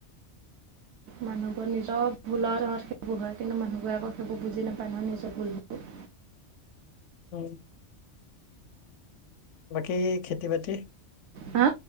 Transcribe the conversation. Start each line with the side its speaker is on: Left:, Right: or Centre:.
Right: মানুহবোৰ নিজৰ ভুলৰ জহত সেইবোৰ হয়, কিন্তু মানুহবোৰে আকৌ সেইবোৰ বুজি নাপায় নহয় নিজৰ ভুলবোৰ।
Left: উম। বাকী খেতি বাতি?
Right: হা?